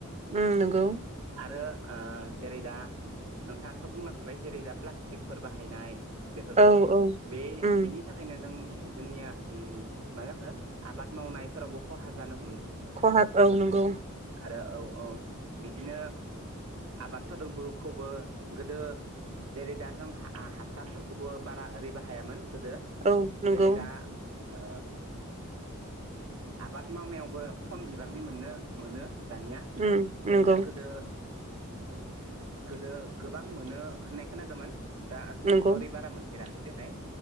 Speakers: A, on the right (about 30°); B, on the right (about 85°).
A: उम नंगौ।
B: आरो ओ जेरै दा नोंथाङाथ' बुंलां खाबाय जेरै दा प्लास्टिकफोर बाहायनाय बेफोरखो
A: औ औ
B: बे
A: उम
B: बेनि थाखायनो जोंनि जोंनिया ओम मा जाखो आबाद मावनायफोरावबो खहा जानो ह
A: खहा औ नंगौ।
B: आरो औ औ बिदिनो आबादफोरखौबो गोदो जेरै दा जों हासारफोरखौबो बारा ओरै बाहायामोन। गोदो
A: औ नंगौ
B: जेरै दा ओ आबाद मावनायावबो खम बिबांनि मोननो मोनो। दानिया
A: उम
B: जेरै
A: नंगौ
B: दा गोदो गोदो गोबां मोनो होननाय खोनादोमोन दा जोंथ'
A: नंगौ
B: ओरै बारा मोनफेराखै देनाय।